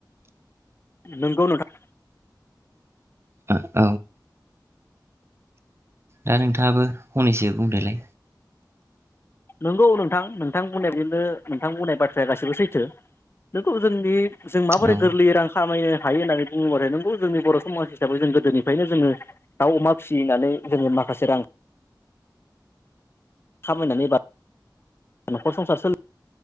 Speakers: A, on the left (about 30°); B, on the right (about 35°).
A: नोंगौ नोंथां।
B: औ । दा नोंथाङाबो हनैसो बुंदोलाय
A: नंगौ नोंथां नोंथां बुंनाय बिदिनो नोंथां बुंनाय बाथ्राया गाससिबो सैथो नोंगौ जोंनि जों माबोरै
B: औ
A: गोरलै रां खामायनो हायो होननानै बुंङोबा नोंगौ जोंनि बर' समाज हिसाबै जों गोदोनिफ्रायनो जोङो दाउ, अमा फिसिनानै जोङो माखासे रां खामायनानै बा न'खर संसार सो